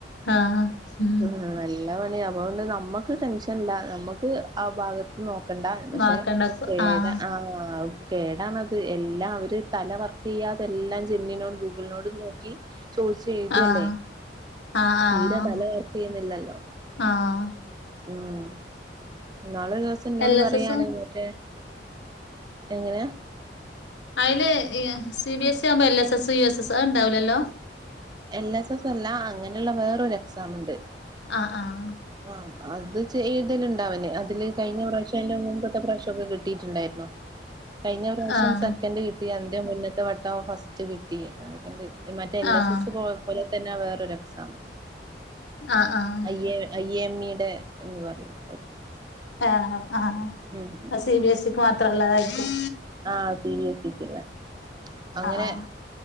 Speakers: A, on the left; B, on the right.
A: ആഹ് ഉം
B: ആഹ നല്ല പണിയ അപ്പൊണ്ട് നമ്മുക്ക് ടെൻഷൻല്ല നമ്മുക്ക് ആ ഭാഗത്ത് നോക്കണ്ട പക്ഷെ
A: വാക്കണ്ടക്ക
B: ഏത
A: ആഹ്
B: അ ആഹ കേടാണത് എല്ലാം അവര് തല വർക്കെയ്യാതെല്ലാം ജെിമിനിനോടും ഗൂഗ്ൾനോടും നോ ക്കി ചോദിച്ച് എഴുതല്ലേ
A: ആഹ് ആഹ് ആഹ്
B: തീര തല വർ ക്കെയ്യുന്നില്ലല്ലോ
A: ആഹ്
B: ഉം നാളെരുസ് ന്നോട്
A: എൽ
B: പറയാണ്
A: എസ് എസ് ഉം
B: എന്നിട്ട് എങ്ങനെയ
A: അയില് എ സി ബി എസ് ആവുമ്പോ L S S U S S അയ് ണ്ടാവുലല്ലോ
B: എൽ എസ് എസ് അല്ല അങ്ങനെള്ള വേറൊരു എക്സാം ണ്ട്
A: ആഹ് ആഹ
B: ആഹ അത് ചെയ്യ്തണ്ടഉണ്ടാവനെ അതില് കഴിഞ്ഞ പ്രാവശ്യം അ്ന്റെ മുമപത്തെ പ്രാവശ്യം ഒക്കെ <unintelligible> കിട്ടിയിട്ടുണ്ടായിരുന്നു കഴിഞ്ഞ ഒരു പ്രാവശ്യം
A: ആഹ്
B: സെക്കൻഡ് കിട്ടി അതിന്റെ മുന്നത്തെ വട്ടം ഫസ്റ്റ് കിട മറ്റേ എൽ
A: ആഹ്
B: എസ് എസ് പോലെ തന്നെ വേറ ഒരു എക്സാം
A: ആഹ് ആഹ് ആഹ്
B: അയ്യെ അയ്യെ എമ്മിടെ എന്ന് പറയും
A: ഏ ആഹ്
B: ഉം
A: അയ് സി ബി എസ് സിക്ക് മാത്രല്ലതായിരിക്കും
B: ആഹ് സി ബി എസ് ഇക്ക് ള്ളെ അങ്ങനെ
A: ആഹ്